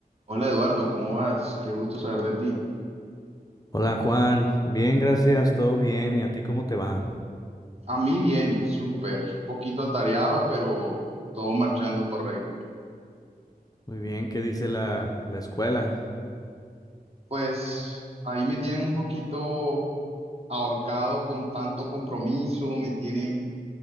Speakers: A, on the right (about 40°); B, on the left (about 25°).
A: Hola Eduardo, ¿cómo vas? Qué gusto saber de ti.
B: Hola Juan, bien, gracias, todo bien. ¿Y a ti cómo te va?
A: A mí bien, súper, poquito atareado, pero todo marchando correcto.
B: Muy bien, ¿qué dice la, la escuela?
A: Pues ahí me tienen un poquito ahorcado con tanto compromiso, me tienen